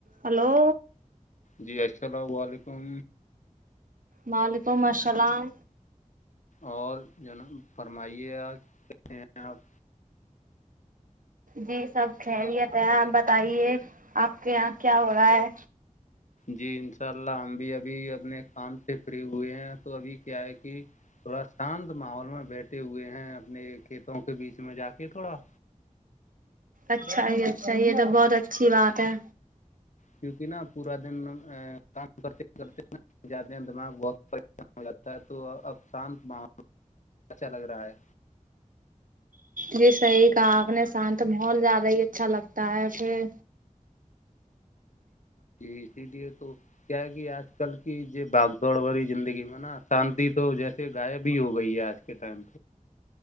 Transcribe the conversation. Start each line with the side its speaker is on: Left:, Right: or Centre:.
Right: ہلو
Left: جی السلام علیکم
Right: وعلیکم السلام
Left: اور جوناب فرمائیے آپ آپ
Right: جی سب خیلیت ہے آپ بتائیے آپ کے یہاں کیا ہو رہا ہے
Left: جی انشاء اللہ ہم بھی ابھی اپنے کام سے فری ہوئے ہیں تو ابھی کیا ہے کہ تھوڑا شانت ماحول میں بیٹھے ہوئے ہیں اپنے کھیتوں کے بیچ میں جا کے تھوڑا
Right: اچھا یہ اچھا یہ تو بہت اچھی بات ہے
Left: کیونکہ نا پورا دن کام کرتے کرتے جاتے ہیں دماغ بہت پریشان ہو جاتا ہے تو اب شانت م اچھا لگ رہا ہے
Right: جی صحیح کہاپ نے شانت محول زیادہ ہی اچھا لگتا ہے پھر
Left: جی اسی لیے تو کیا کہ آج کل کی جو باگ دوڑ ہو رہی زندگی میں نا شانتی تو جیسے غائب ہی ہو گئی ہے آج تاائم